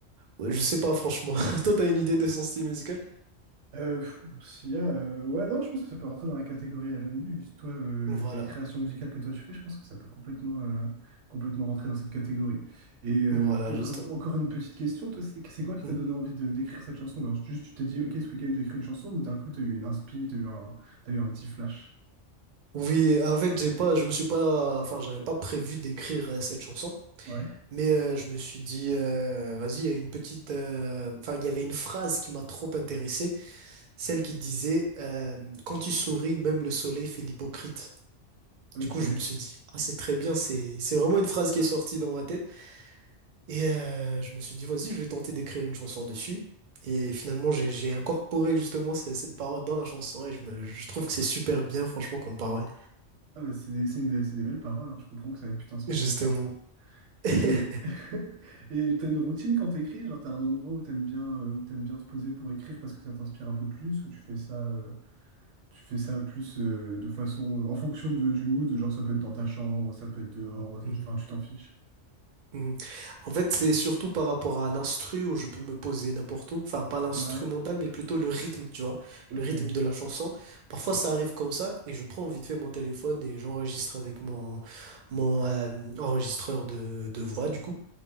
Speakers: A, on the right (about 55°); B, on the right (about 80°).
A: ouais, je sais pas, franchement. <laughs> Toi, t'as une idée de son style musical?
B: Euh, pff, s'il y a, euh, ouais, non, je pense que ça peut rentrer dans la catégorie R R&B. Juste toi, euh,
A: Voilà,
B: les créations musicales que toi tu fais, je pense que ça peut complètement, euh, complètement rentrer dans cette catégorie. Et euh,
A: voilà,
B: encore,
A: justement.
B: une- encore une petite question, toi, c'est c'est quoi qui
A: Mhm.
B: t'a donné envie de d'écrire cette chanson? Alors, juste, tu t'es dit, ok, ce week-end, j'écris une chanson, ou d'un coup, t'as eu une inspi, t'as eu un, t'as eu un petit flash.
A: Oui, en fait, j'ai pas, je me suis pas... Enfin, j'avais pas prévu d'écrire euh, cette chanson.
B: Ouais,
A: Mais euh, je me suis dit, euh, vas-y, il y a une petite. euh, Enfin, il y avait une phrase qui m'a trop intéressé, celle qui disait euh, Quand tu souris, même le soleil fait l'hypocrite.
B: ok.
A: Du coup, je me suis dit, ah, c'est très bien, c'est c'est vraiment une phrase qui est sortie dans ma tête. Et euh, je me suis dit, vas-y, je vais tenter d'écrire une chanson dessus. Et finalement, j'ai j'ai incorporé justement ce- cette parole dans la chanson et je me je trouve que c'est super bien, franchement, comme parole.
B: Ah, bah, c'est des, c'est une- c'est des belles paroles, hein. Je comprends que ça ait pu t'inspirer,
A: Justement.
B: franchement.
A: <laughs>
B: Et <laughs> et t'as une routine quand t'écris? Genre t'as un endroit où t'aimes bien euh, où t'aimes bien te poser pour écrire parce que ça t'inspire un peu plus ou tu fais ça euh, tu fais ça plus euh, de façon euh, en fonction de- du mood, genre ça peut être dans ta chambre, ça peut être dehors, ça-
A: Mhm.
B: tu- enfin tu t'en fiches.
A: Mhm. En fait, c'est surtout par rapport à l'instru où je peux me poser n'importe où. Enfin, pas l'instrumental,
B: Ouais,
A: mais plutôt le rythme, tu vois.
B: ok,
A: Le rythme de la chanson. Parfois, ça arrive comme ça et je prends vite fait mon téléphone et j'enregistre avec mon, mon euh, enregistreur de, de voix, du coup.